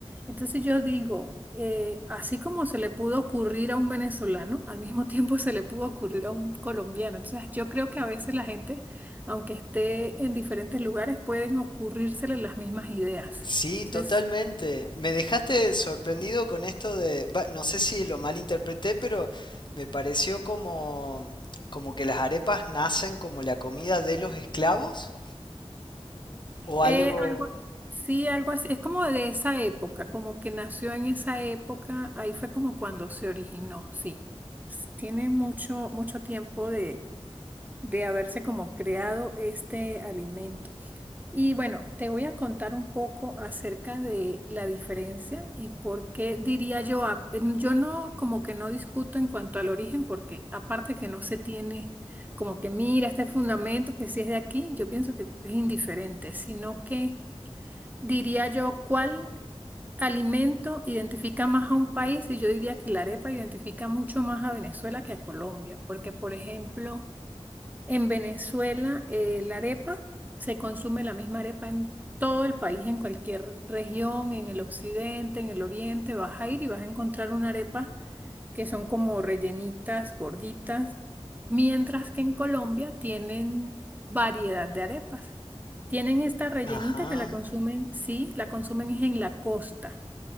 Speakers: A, on the right (about 15°); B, on the left (about 45°).
A: Entonces yo digo, eh, así como se le pudo ocurrir a un venezolano, al mismo <laughs> tiempo se le pudo ocurrir a un colombiano. Entonces yo creo que a veces la gente, aunque esté en diferentes lugares, pueden ocurrírsele las mismas ideas.
B: Sí,
A: Entonces
B: totalmente. Me dejaste sorprendido con esto de, va, no sé si lo malinterpreté, pero me pareció como como que las arepas nacen como la comida de los esclavos o
A: Eh,
B: algo.
A: algo, sí, algo así. Es como de esa época, como que nació en esa época. Ahí fue como cuando se originó, sí. S- Tiene mucho, mucho tiempo de, de haberse como creado este alimento. Y bueno, te voy a contar un poco acerca de la diferencia y por qué diría yo, a- yo no como que no discuto en cuanto al origen, porque aparte que no se tiene como que mira este fundamento que si es de aquí, yo pienso que es indiferente, sino que Diría yo, ¿cuál alimento identifica más a un país? Y yo diría que la arepa identifica mucho más a Venezuela que a Colombia, porque por ejemplo, en Venezuela eh, la arepa se consume la misma arepa en todo el país, en cualquier región, en el occidente, en el oriente, vas a ir y vas a encontrar una arepa que son como rellenitas, gorditas, mientras que en Colombia tienen variedad de arepas. Tienen esta rellenita
B: Ajá.
A: que la consumen, sí, la consumen es en la costa.